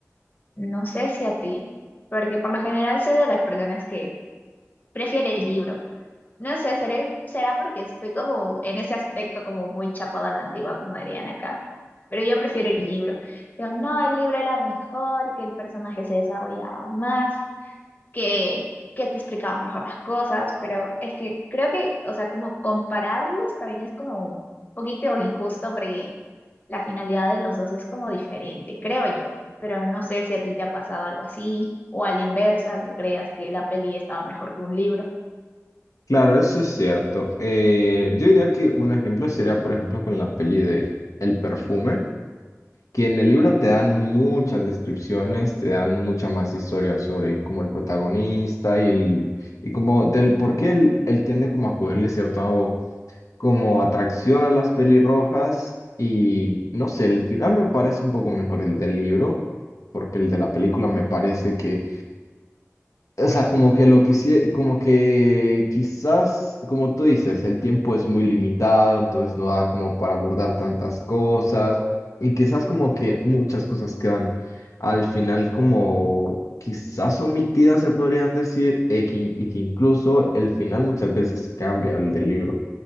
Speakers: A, on the left (about 35°); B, on the left (about 85°).
A: No sé si a ti, porque por lo general soy de las personas que prefiere el libro. No sé, seré- será porque estoy como en ese aspecto como muy chapada a la antigua, como dirían acá. Pero yo prefiero el libro. Digo, no, el libro era mejor, que el personaje se desarrollaba más, que, que te explicaba mejor las cosas, pero es que creo que, o sea, como compararlos también es como un poquito injusto porque la finalidad de los dos es como diferente, creo yo. Pero no sé si a ti te ha pasado algo así, o a la inversa, que creas que la peli estaba mejor que un libro.
B: Claro, eso es cierto. Eh, yo diría que un ejemplo sería, por ejemplo, con la peli de El perfume, que en el libro te dan muchas descripciones, te dan mucha más historia sobre como el protagonista y el y como del por qué él, él tiende como a cogerle cierto como atracción a las pelirrojas y no sé, el final me parece un poco mejor el del libro, porque el de la película me parece que, o sea, como que lo quisiera, como que quizás, como tú dices, el tiempo es muy limitado, entonces no da como para abordar tantas cosas y quizás como que muchas cosas quedan al final como... Quizás omitidas se podrían decir, e que- y que incluso el final muchas veces cambia el del libro